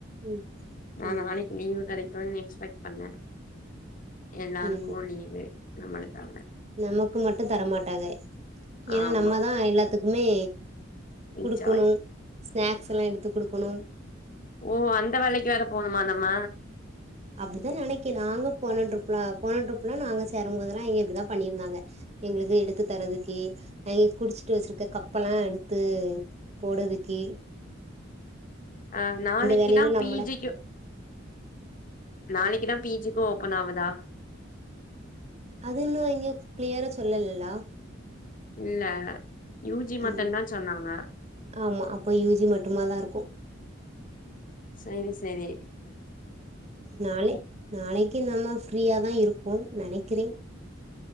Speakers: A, on the right; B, on the left.
A: ம்
B: நா
A: ம்
B: நாளைக் லீவு கெடைக்குன்னு எக்ஸ்பெக்ட் பண்ணே எல்லாருக்கு
A: ம்
B: லீவு நம்மள தவற
A: நமக்கு மட்டு தரமாட்டாங்க ஏன்னா
B: ஆமா
A: நம்மதா எல்லாத்துக்குமே
B: நிச்சவாய்
A: குடுக்கணு ஸ்நாக்ஸ் எல்லா எடுத்து குடுக்கணு
B: ஓ அந்த வேலைக்கு வேற போணுமா நம்ம
A: அப்டித்தா நெனைக்கு நாங்க போன ட்ரிப்லா போன ட்ரிப்லா நாங்க சேரும்போதெல்லா இங்க இப்டிதா பண்ணியிருந்தாங்க எங்களுக்கு எடுத்து தரதுக்கு அங் குடுச்சிட்டு வெச்சுருக்க கப்பெல்லா எடுத்து போடதுக்கு
B: அ நாளைக்குதா
A: வேலையில நம்மள
B: பீஜிக்கு நாளைக்குதா பீஜிக்கு ஓபன் ஆவுதா
A: அது இன்னு இங்க கிளியரா சொல்லலல்ல
B: இல்ல யூ ஜி மட்டுந்தா
A: ம்
B: சொன்னாங்க
A: ஆமா அப்ப யூ ஜி மட்டு நல்லா இருக்கு
B: செரி செரி
A: நாளைக் நாளைக்கி நம்ம ஃரீயாதா இருப்போன் நெனைக்கிறேன்